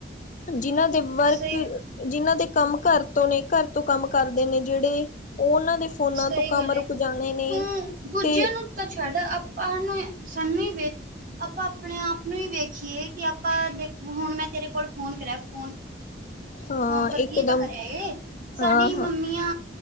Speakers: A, on the left (about 45°); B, on the right (about 50°).
A: ਜਿਨਾਂ ਦੇ ਵਰਕ
B: ਸਹੀ
A: ਜਿਨਾਂ ਦੇ ਕੰਮ ਘਾਰ ਤੋਂ ਨੇ, ਘਾਰ ਤੋਂ ਕਾੰਮ ਕਰਦੇ ਨੇ ਜਿਹੜੇ, ਉਹ ਉਨਾਂ ਦੇ ਫੋਨਾਂ
B: ਸਈ
A: ਤੋਂ ਕੰਮ
B: ਗੱਲ ਐ,
A: ਰੁਕ ਜਾਣੇ ਨੇ
B: ਤੂੰ ਦੂਜਿਆਂ
A: ਤੇ
B: ਨੂੰ ਤਾਂ ਛਾੱਡ ਆਪਾਂ ਨੂੰ, ਸਾਨੂੰ ਹੀ ਵੇਖ ਆਪਾਂ ਆਪਣੇ ਆਪ ਨੂੰ ਹੀ ਵੇਖੀਏ ਕਿ ਆਪਾਂ ਦੇ, ਹੁਣ ਮੈਂ ਤੇਰੇ ਕੋਲ ਫੋਨ ਕਰਿਆ ਫੋਨ
A: ਹਾਂ
B: ਫੋ਼ਨ ਕਰਕੇ
A: ਇੱਕਦਮ
B: ਈ ਤਾਂ ਕਰਿਆ ਐ, ਸਾਡੀ
A: ਹਾਂ
B: ਮੰਮੀਆਂ
A: ਹਾਂ